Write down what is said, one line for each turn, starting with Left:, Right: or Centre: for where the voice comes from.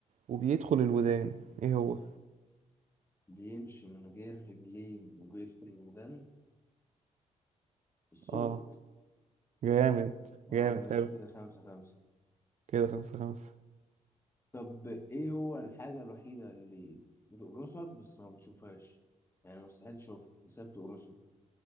Right: وبيدخل الودان إيه هو؟
Left: بيمشي من غير رجلين وبيدخل الودان الصوت
Right: آه جامد
Left: اه
Right: جامد
Left: ماشي
Right: أوي
Left: كده خمسة خمسة
Right: كده خمسة خمسة
Left: طب إيه هو الحاجة الوحيدة اللي بتقرصك بس ما بتشوفهاش؟ يعني مستحيل تشوفها بس هي بتقرصك